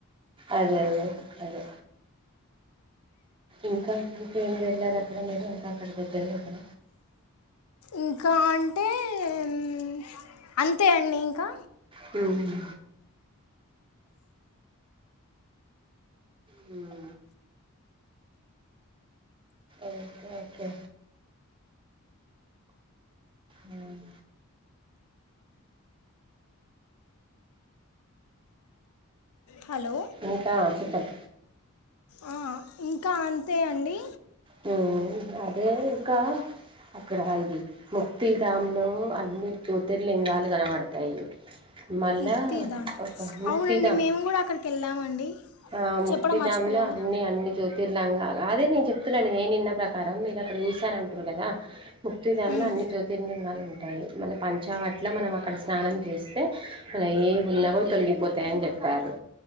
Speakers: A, on the right; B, on the left.
A: అదే అదే అదే ఇంకా ఇంకేం వెళ్ళారు అక్కడ మీరు ఇంకా అక్కడ దగ్గర దగ్గర
B: ఇంకా అంటే హ్మ్ అంతే అండి ఇంకా
A: హ్మ్ హ్మ్ ఓకే ఓకే హ్మ్
B: హలో
A: ఇంకా చెప్పున్
B: ఆ ఇంకా అంతే అండి
A: హ్మ్ అదే ఇంకా అక్కడ ఇది ముక్తి గామ్ లో అన్ని జ్యోతిర్లింగాలు కనబడ్తాయి మళ్ళా
B: ముక్తిధామ్
A: ఒక ముక్తిదాం
B: అవునండి మేము కూడా అక్కడికి వెళ్ళామండి
A: ఆ ముక్తిధామ్
B: చెప్పడం మర్చిపోయాను
A: లా అన్ని అన్ని జ్యోతిర్లంగాలు అదే నేను చెప్ తున్నాను నేనింన్న ప్రకారం మీరక్కడ చూశాను అంటురు కదా ముక్తి దామ్లో
B: మ్,
A: అన్ని జ్యో తిర్లింగాలు ఉంటాయి మన పంచావట్లో మనం అక్కడ స్నానం చేస్తే అలా ఏదున్నా గూడా తొలిగిపోతాయ్ అని చెప్పారు